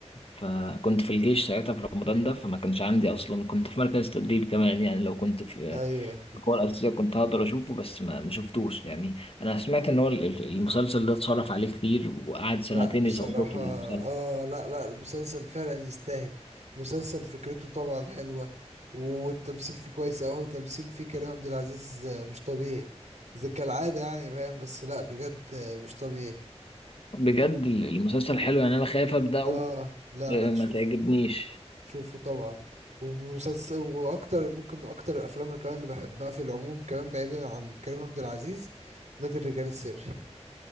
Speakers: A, on the left; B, on the right.
A: فكنت في الجيش ساعتها في رمضان ده فما كانش عندي أصلا كنت في مركز تدريب كمان يعني لو كنت في
B: ايوه
A: القوة الأرضية كنت هقدر أشوفه بس ما ما شفتوش يعني أنا سمعت إن هو ال- ال- المسلسل ده اتصرف عليه كتير وقعد سنتين
B: لا بصراحة
A: يصوروا في المسلسل
B: اه لا لا المسلسل فعلا يستاهل مسلسل فكرته طبعا حلوة والتمثيل فيه كويس اوي وتمثيل فيه كريم عبد العزيز آه، مش طبيعي زي كالعادة يعني فاهم بس لا بجد آه، مش طبيعي
A: بجد ال- المسلسل حلو يعني أنا خايف أبدأه
B: اه لا
A: إيه،
B: لا
A: ما
B: شوف
A: تعجبنيش
B: شوفه طبعا ومسلسل واكتر ممكن اكتر الافلام كمان اللي بحبها في العموم كمان بعيدا عن كريم عبد العزيز نادي الرجال السري